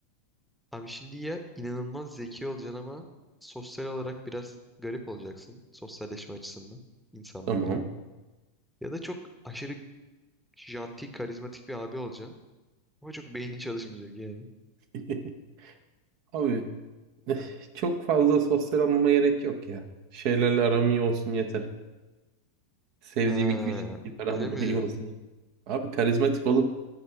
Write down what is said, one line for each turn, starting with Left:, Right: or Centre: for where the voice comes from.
Centre: Abi şimdi ya inanılmaz zeki olacaksın ama sosyal olarak biraz garip olacaksın. Sosyalleşme açısından insanlarla.
Right: Tamam.
Centre: Ya da çok aşırı Janti, karizmatik bir abi olacaksın. Ama çok beynin çalışmayacak yani.
Right: <laughs> Abi eh, çok fazla sosyal olmama gerek yok ya. Şeylerle aram iyi olsun yeter. Sevdiğim
Centre: He,
Right: iki üç kişi aram
Centre: öyle mi
Right: iyi
Centre: diyor?
Right: olsun. Abi karizmatik olup